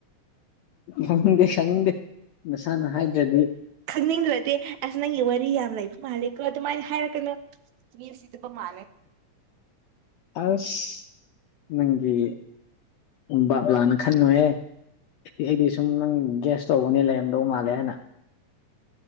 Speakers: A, on the left; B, on the right.
A: ꯈꯪꯅꯤꯡꯗꯦ ꯈꯪꯅꯤꯡꯗꯦ ꯅꯁꯥꯅ
B: ꯈꯪꯅꯤꯡ
A: ꯍꯥꯏꯗ꯭ꯔꯗꯤ
B: ꯈꯪꯅꯤꯡꯗꯔꯗꯤ ꯑꯁ ꯅꯪꯒꯤ ꯋꯥꯔꯤ ꯌꯥꯝ ꯂꯩꯕ ꯃꯥꯜꯂꯦꯀꯣ ꯑꯗꯨꯃꯥꯏꯅ ꯍꯥꯏꯔꯛꯀꯅꯨ ꯃꯤ ꯎꯁꯤꯠꯇꯕ ꯃꯥꯜꯂꯦ
A: ꯑꯁ ꯅꯪꯒꯤ ꯎꯝ ꯚꯥꯞ ꯂꯥꯟꯅ ꯈꯟꯅꯨꯍꯦ ꯏꯑꯩꯗꯤ ꯁꯨꯝ ꯅꯪ ꯒ꯭ꯌꯥꯁ ꯇꯧꯕꯅꯦ ꯂꯩꯔꯝꯗꯧ ꯃꯥꯜꯂꯦ ꯍꯥꯏꯅ